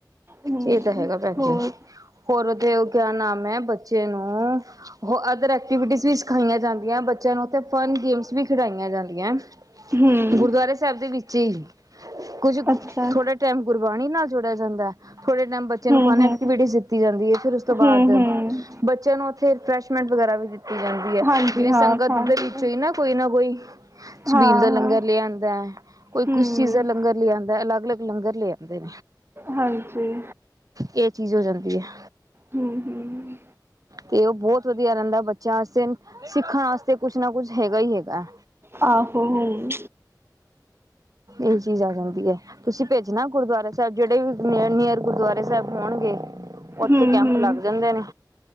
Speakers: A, on the right (about 35°); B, on the right (about 50°).
A: ਹਮ
B: ਇਹ ਤਾਂ ਹੈਗਾ ਪੈਕੇ
A: ਹੋਰ
B: ਹੋਰ ਤੇ ਕਿਆ ਨਾਮ ਏ ਬੱਚੇ ਨੂੰ ਹੋ ਅਦਰ ਐਕਟੀਵਿਟੀਸ ਵੀ ਸਿਖਾਈਆਂ ਜਾਂਦੀਆਂ ਬੱਚੇ ਔਥੇ ਫਨ ਗੇਮਸ ਵੀ ਖਿਡਾਈਆਂ ਜਾਂਦੀਆਂ
A: ਹਮ
B: ਗੁਰਦੁਆਰਾ ਸਾਹਿਬ ਦੇ ਵਿੱਚ ਠੀਕ ਕੁੱਝ
A: ਅੱਛਾ
B: ਥੋੜਾ ਟਾਈਮ ਗੁਰ ਬਾਣੀ ਨਾਲ ਜੋੜਿਆ ਜਾਂਦਾ ਏ ਥੋੜੇ ਟਾਈਮ ਬੱਚੇ
A: ਹਮ
B: ਨੂੰ ਫਨ
A: ਹਮ
B: ਐਕਟੀਵਿਟੀ ਦਿੱਤੀ ਜਾਂਦੀ ਏ, ਫਿਰ ਔਸ ਤੋਂ ਬਾਦ
A: ਹਮ ਹਮ
B: ਬੱਚਿਆਂ ਨੂੰ ਫੇਰ ਰਿਫਰੈਸ਼ੈਂਟ ਵਗੈਰਾ ਵੀ ਦਿ ਕੀਤੀ ਜਾਂਦੀ ਹੈ।
A: ਹਾਂਜੀ
B: ਜਿਵੇਂ
A: ਹਾਂ
B: ਸੰਗਤ
A: ਖਾ
B: ਦੇ ਵਿੱਚੋਂ ਹੀ ਨਾ ਕੋਈ ਨਾ ਕੋਈ
A: ਹਾਂ
B: ਛਬੀਲ ਦਾ
A: ਹਾਂ
B: ਲੰਗਰ ਲੇ ਆਂਦਾ ਏ, ਕੋਈ
A: ਹਮ
B: ਕੁਛ ਚੀਜ਼ ਦਾ ਲੰਗਰ ਅਲੱਗ-ਅਲੱਗ ਲੰਗਰ ਲਿਆ ਨੇ,
A: ਹਾਂਜੀ
B: ਏ ਚੀਜ਼ ਹੋ ਜਾਂਦੀ <inaudible>
A: ਹੁੰ ਹੁੰ
B: ਤੇ ਔ ਬਹੁਤ ਵਧੀਆ ਰੇਂਦਾ ਬੱਚਿਆਂ ਆਸੇ ਸਿੱਖਣ ਆਸਤੇ ਕੁਛ ਨਾ ਕੁਛ ਹੈਗਾ ਹੀ ਹੈਗਾ
A: ਆਹੋ ਹਮ
B: ਏ ਚੀਜ਼ ਆ ਜਾਂ ਦੀ ਹੈ ਤੁਸੀਂ ਭੇਜਣਾ ਗੁਰਦੁਆਰਾ ਸਾਹਿਬ ਜਿਹੜੇ ਵੀ ਨੀਅਰ ਨੀਅਰ ਗੁਰਦੁਆਰੇ ਸੈਬ ਹੋਣਗੇ ਉੱਥੇ
A: ਹੂੰ
B: ਕੈਂਪ
A: ਹੂੰ,
B: ਲੱਗ ਜਾਂਦੇ ਨੇ